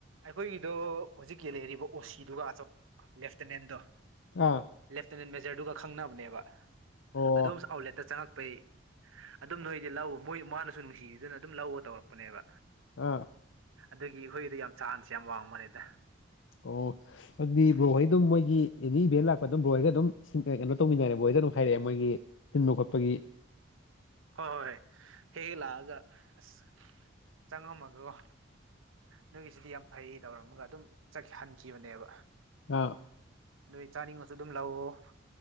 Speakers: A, on the right; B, on the left.
A: ꯑꯩꯈꯣꯏꯒꯤꯗꯣ ꯍꯧꯖꯤꯛꯀꯤ ꯂꯩꯔꯤꯕ ꯑꯣꯁꯤꯗꯨꯒ ꯑꯆ ꯂꯦꯞꯇꯤꯅꯦꯟꯗꯣ
B: ꯑꯥ
A: ꯂꯦꯞꯇꯤꯅꯦꯟ ꯃꯦꯖꯔꯗꯨꯒ ꯈꯪꯅꯕꯅꯦꯕ
B: ꯑꯣ
A: ꯑꯗꯣꯝꯁꯨ ꯑꯥꯎꯠꯂꯦꯠꯇ ꯆꯪꯉꯛ ꯄꯩ ꯑꯗꯨꯝ ꯅꯣꯏꯗꯤ ꯂꯧ ꯃꯣꯏ ꯃꯥꯅꯁꯨ ꯅꯨꯡꯁꯤꯗꯨꯅ ꯑꯗꯨꯝ ꯂꯧꯕ ꯇꯧꯔꯛꯄꯅꯦꯕ
B: ꯑꯥ
A: ꯑꯗꯨꯒꯤ ꯑꯩꯈꯣꯏꯒꯤꯗ ꯌꯥꯝ ꯆꯥꯡꯅꯁꯦ ꯌꯥꯝ ꯋꯥꯡꯕꯅꯤꯗ
B: ꯑꯣ ꯑꯗꯨꯗꯤ ꯕ꯭ꯔꯣꯍꯩ ꯑꯗꯨꯝ ꯃꯣꯏꯒꯤ ꯑꯦꯅꯤ ꯏꯚꯦꯟ ꯂꯥꯛꯄ ꯑꯗꯨꯝ ꯕ꯭ꯔꯣꯍꯣꯏꯒ ꯑꯗꯨꯝ ꯀꯩꯅꯣ ꯇꯧꯃꯤꯟꯅꯔꯦ ꯃꯣꯏ ꯀꯩꯅꯣ ꯍꯥꯏꯔꯛꯑꯦ ꯃꯣꯏꯒꯤ ꯁꯤꯟꯕ ꯈꯣꯠꯄꯒꯤ
A: ꯍꯣꯏ ꯍꯣꯏ ꯍꯣꯏ ꯍꯦꯛꯦꯛ ꯂꯥꯛꯑꯒ ꯑꯁ ꯆꯪꯉꯝꯃꯒꯀꯣ ꯅꯣꯏꯒꯤꯁꯤꯗꯤ ꯌꯥꯝ ꯐꯩ ꯇꯧꯔꯝꯃꯒ ꯑꯗꯨꯝ ꯍꯟꯈꯤꯕꯅꯦꯕ
B: ꯑꯥ
A: ꯅꯣꯏ ꯆꯥꯅꯤꯡꯉꯁꯨ ꯑꯗꯨꯝ ꯂꯧꯎ